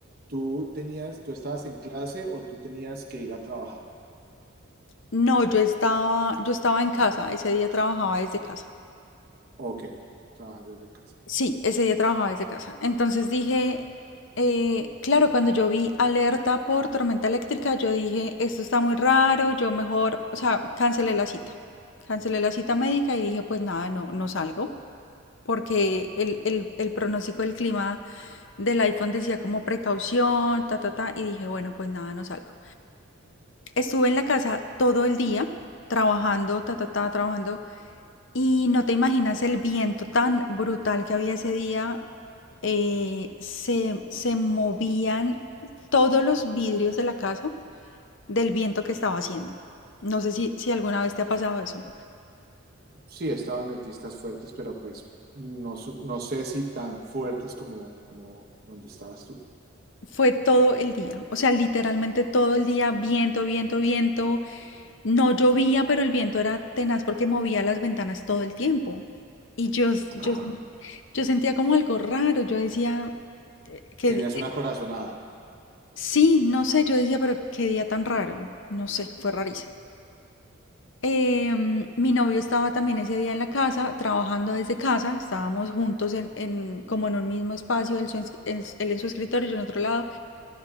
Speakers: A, on the right; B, on the left.
A: tú tenías, tú estabas en clase o tú tenías que ir a trabajar?
B: no, yo estaba, yo estaba en casa, ese día trabajaba desde casa.
A: Ok, tú trabajas desde casa.
B: Sí, ese día trabajaba desde casa. Entonces dije, eh, claro, cuando yo vi alerta por tormenta eléctrica, yo dije, esto está muy raro, yo mejor, o sea, cancelé la cita. Cancelé la cita médica y dije, pues nada, no, no salgo, porque el, el, el pronóstico del clima del iPhone decía como precaución, ta, ta, ta, y dije, bueno, pues nada, no salgo. Estuve en la casa todo el día, trabajando, ta, ta, ta, trabajando. Y no te imaginas el viento tan brutal que había ese día. eh, se, se movían todos los vidrios de la casa del viento que estaba haciendo. No sé si, si alguna vez te ha pasado eso.
A: Sí, estaba en ventiscas fuertes, pero pues no, su- no sé si tan fuertes como, como donde estabas tú.
B: Fue todo el día, o sea, literalmente todo el día, viento, viento, viento. No llovía, pero el viento era tenaz porque movía las ventanas todo el tiempo. Y yo, yo,
A: Ajá.
B: yo sentía como algo raro. Yo decía, eh, ¿qué,
A: Tenías una corazonada.
B: Sí, no sé, yo decía, pero qué día tan raro, no sé, fue rarísimo. Em, mi novio estaba también ese día en la casa, trabajando desde casa, estábamos juntos en, en- como en un mismo espacio, él, su ens- en s- él en su escritorio, yo en otro lado,